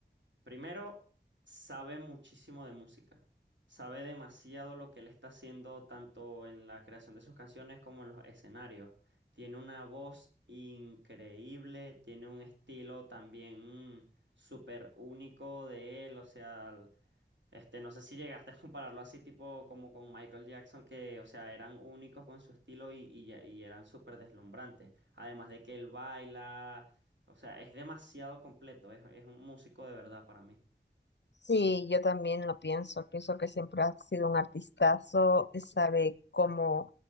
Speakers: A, on the right; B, on the left.
A: primero sabe muchísimo de música, sabe demasiado lo que él está haciendo tanto en la creación de sus canciones como en los escenarios. Tiene una voz increíble, tiene un estilo también mm, súper único de él, o sea... Este, no sé si llegaste a compararlo así, tipo como con Michael Jackson, que, o sea, eran únicos con su estilo y, y, ya- y eran súper deslumbrantes. Además de que él baila, o sea, es demasiado completo, es, es un músico de verdad para mí.
B: Sí, yo también lo pienso. Pienso que siempre ha sido un artistazo, sabe cómo